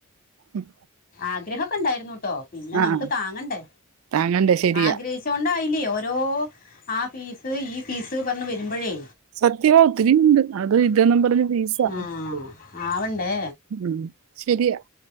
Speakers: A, on the right (about 70°); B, on the left (about 45°).
A: ഉം
B: ആഗ്രഹൊക്കണ്ടായിര്ന്നു. ട്ടോ പിന്നെ
A: ആഹ്
B: നമക്ക് താങ്ങണ്ടേ
A: താങ്ങണ്ടേ ശരിയാ
B: ആഗ്രഹി ച്ചോണ്ടായില്ലേ ഓരോ ആ പീസ് ഈ പീസ് പർഞ്ഞ് വെരുമ്പഴേ
A: സത്യവാ ഒത്തിരിയുണ്ട് അത് ഇത് ന്ന് പർഞ്ഞ് ഫീസ <unintelligible>
B: ആ ആവണ്ടേ
A: ഉം ശെര്യാ